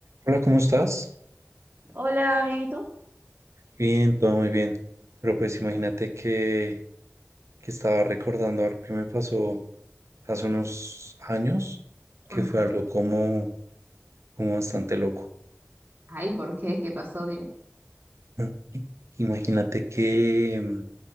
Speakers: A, on the right; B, on the right.
A: Hola, ¿cómo estás?
B: Hola, bien, ¿y tú?
A: Bien, todo muy bien. Pero pues imagínate que, que estaba recordando algo que me pasó hace unos años, que
B: Ajá.
A: fue algo como, como bastante loco.
B: Ay, ¿por qué? ¿Qué pasó? Dime.
A: <clears throat> <laughs> Imagínate que mm,